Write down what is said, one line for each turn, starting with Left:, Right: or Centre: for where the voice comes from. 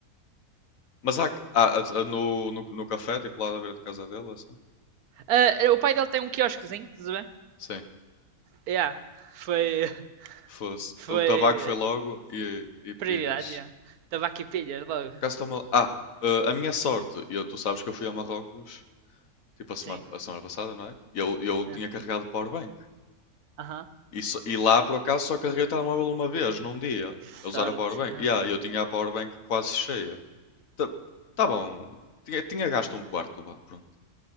Left: Mas há, há- há- no, no, no café, tipo lá na beira de casa dele, assim?
Right: Ah, o pai dele tem um quiosquezinho, tudo bem? ver?
Left: Sim,
Right: Yeah. Foi,
Left: fosse.
Right: foi
Left: O tabaco foi logo e, e pilhas.
Right: prioridade, yeah. Estava aqui pilha logo.
Left: Por acaso estou mal... Ah, eh, a minha sorte, e eu, tu sabes que eu fui a Marrocos, tipo a semana,
Right: Sim.
Left: a semana passada, não é? E Eu, eu
Right: Aham.
Left: tinha
Right: yeah.
Left: carregado o powerbank.
Right: Aham.
Left: E, só- e lá, por acaso, só carreguei o telemóvel uma vez, num dia,
Right: Que
Left: a usar
Right: sorte.
Left: a powerbank.
Right: yeah.
Left: E ah, eu tinha a powerbank quase cheia. Tá, tá bom, tinha, tinha gasto um quarto, vá, pronto.